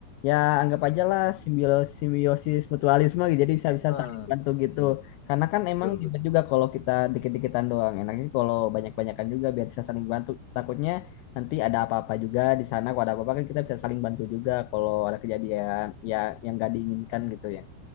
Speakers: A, on the left; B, on the left.
A: ya anggap aja lah simbiosis, simbiosis mutualisme gitu. Jadi bisa-bisa
B: Eh,
A: saling bantu gitu.
B: mm
A: Karena kan emang
B: betul
A: ribet
B: betul
A: juga kalau kita dikit-dikitan doang. Enaknya sih kalau banyak-banyakan juga biar bisa saling bantu. Takutnya nanti ada apa-apa juga di sana. Kalau ada apa-apa kan kita bisa saling bantu juga kalau ada kejadian ya yang gak diinginkan gitu ya.